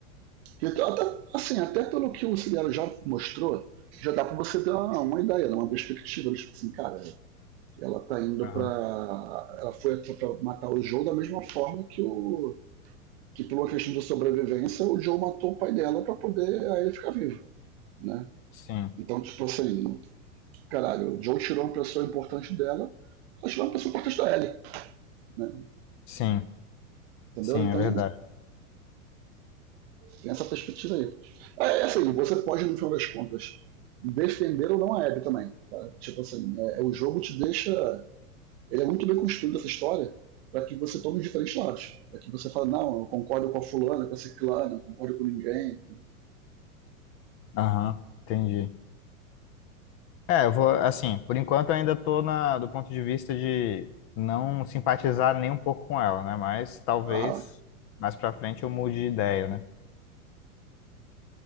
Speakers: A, on the right; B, on the left.
A: Porque até, assim, até pelo que o Ciliano já mostrou, já dá para você ter uma, uma ideia, né, uma perspectiva, tipo assim, cara, ela tá indo
B: Aham.
A: para ela foi para matar o Joe da mesma forma que o que por uma questão de sobrevivência o Joe matou o pai dela para poder aí ele ficar vivo, né?
B: Sim,
A: Então, tipo assim, caralho, o Joe tirou uma pessoa importante dela, ela tirou uma pessoa importante da Ellie, né?
B: sim,
A: Entendeu?
B: sim,
A: Então,
B: é verdade.
A: Tem essa perspectiva aí. É é assim, você pode, no final das contas, defender ou não a Abby também. Tá? Tipo assim, é, é, o jogo te deixa. Ele é muito bem construído essa história para que você tome diferentes lados. Para que você fale, não, eu concordo com a fulana, com a ciclana, concordo com ninguém.
B: Aham, entendi. É, eu vou, assim, por enquanto eu ainda tô na, do ponto de vista de não simpatizar nem um pouco com ela, né? Mas talvez
A: Ah,
B: mais pra frente eu mude de ideia, né?